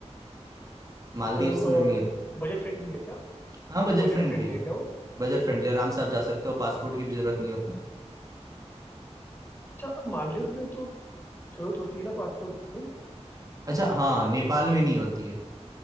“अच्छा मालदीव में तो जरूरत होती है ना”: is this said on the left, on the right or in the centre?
Left